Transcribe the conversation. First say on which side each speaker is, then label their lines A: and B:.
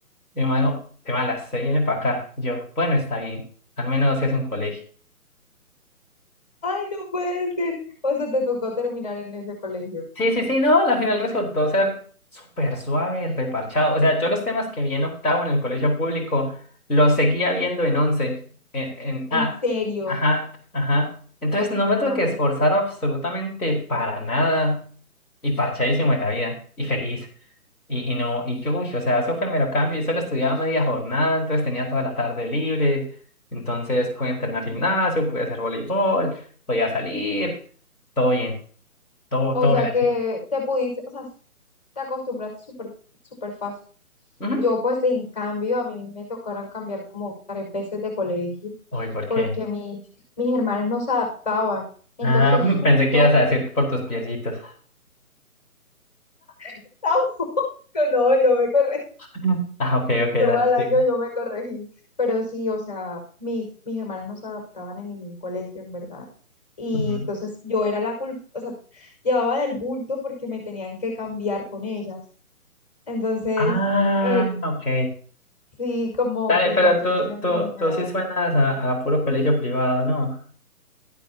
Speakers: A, on the left; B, on the left.
A: Y mi mamá dijo, te malas, se viene para acá. Y yo, bueno, está bien, al menos es un colegio.
B: Ay, no puede ser. O sea, te tocó terminar en ese colegio.
A: Sí, sí, sí, no, la final resultó ser súper suave, reparchado. O sea, yo los temas que vi en octavo en el colegio público los seguía viendo en once, en, en
B: en
A: ah,
B: serio.
A: ajá, ajá. Entonces no me
B: Ay,
A: tuve que esforzar absolutamente para nada y parchadísimo en la vida y feliz. Y, y no, y yo, uy, o sea, eso fue mero cambio y solo estudiaba media jornada, entonces tenía toda la tarde libre. Entonces pude entrenar gimnasio, pude hacer voleibol, podía salir, todo bien, todo,
B: O
A: todo
B: sea,
A: me la
B: que te pudiste, o sea, te acostumbraste súper, súper fácil.
A: Ujú.
B: Yo, pues, en cambio, a mí me tocaron cambiar como tres veces de colegio
A: Uy, ¿por
B: porque
A: qué?
B: mis, mis hermanas no se adaptaban. Entonces,
A: Ah, <laughs>
B: justo,
A: pensé que ibas a decir por tus piecitos.
B: <laughs> tampoco, no, yo me corrí.
A: <laughs> Ah, ok, ok,
B: Yo
A: dale.
B: mal año,
A: sí.
B: yo me corregí, pero sí, o sea, mis, mis hermanas no se adaptaban en ningún colegio, en verdad. Y
A: Ujú.
B: entonces yo era la culpa, o sea, llevaba del bulto porque me tenían que cambiar con ellas. Entonces,
A: Ah,
B: él,
A: ok.
B: sí, como
A: Dale,
B: pues
A: pero
B: las tres
A: tú,
B: tenemos
A: tú,
B: la misma
A: tú
B: edad,
A: sí suenas a, a puro colegio privado, ¿no?